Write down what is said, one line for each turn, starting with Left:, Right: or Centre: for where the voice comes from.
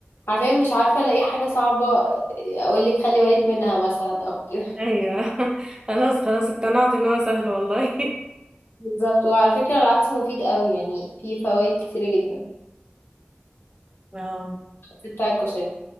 Left: حرفيا مش عارفة الاقي حاجة صعبة اقولك خلي بالك منها مثلا او كده <laughs>
Right: ايوه <laughs> خلاص خلاص اقتنعت ان هو سهل والله
Left: بالظبط وعلى فكرة العدس مفيد قوي يعني فيه فوائد كتيرة جدا
Right: <laughs> اه
Left: بتاع الكشري